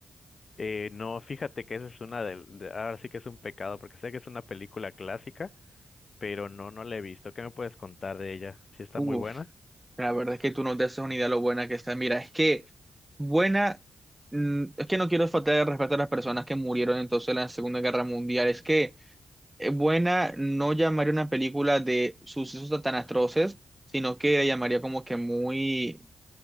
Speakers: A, on the left; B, on the right.
A: Eh, no, fíjate que esa es una del, de, ahora sí que es un pecado, porque sé que es una película clásica, pero no, no la he visto. ¿Qué me puedes contar de ella? ¿Si está
B: Uf,
A: muy buena?
B: la verdad es que tú no te haces una idea lo buena que está. Mira, es que buena, mm, es que no quiero faltar el respeto a las personas que murieron entonces en la Segunda Guerra Mundial. Es que eh, buena no llamaría una película de sucesos tan atroces, sino que la llamaría como que muy